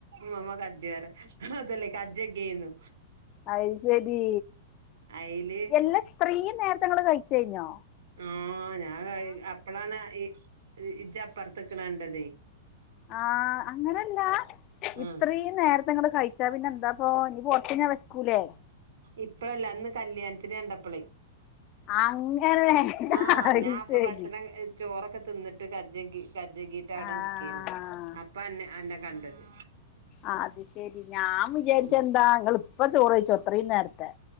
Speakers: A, on the right; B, on the left.
A: മമ്മ കജ്ജ്റെ അതല്ലേ കജ്ജ കേന്നു.
B: അയ് ശെരി.
A: അയ്ല്
B: എല്ല ത്രീ നേര്ത്തെങ്ങള് കൈച്ചയ്ഞ്ഞോ?
A: ആഹ്, ഞാൻ കൈ അപ്പളാണ് ഈ ഇജ്ജപ്പർത്ത്ക്ക്ണണ്ടതെ.
B: ആഹ്, അങ്ങനല്ലാ ഇത്രീം
A: ആഹ്
B: നേര്ത്തെങ്ങട് കഴിച്ചാ പിന്നെന്താ പ്പോ ഇഞ്ഞി കൊർച്ചയ്ഞാ വെശ്ക്കൂലേ.?
A: ഇപ്പഴല്ല അന്ന് കല്ല്യാൺത്തിന് കണ്ടപ്പളേ.
B: അങ്ങനെ.
A: ആഹ്,
B: അത്
A: ഞാ അപ്പ
B: ശരി
A: ഭഷണം ചോറൊക്കെ ത് ന്ന്ട്ട് കജ്ജെകി കജ്ജെകി ട്ട
B: ആഹ്
A: ടെ ന്ക്കേന്ന്. അപ്പന്നെ അന്നെ കണ്ടത്.
B: ആഹ്, അത് ശെരി. ഞാം വിചാരിച്ചെന്താ
A: ഉം
B: ങ്ങള്പ്പം ചോറെയ്ച്ചോ ഇത്രിംനേര്ത്തെ.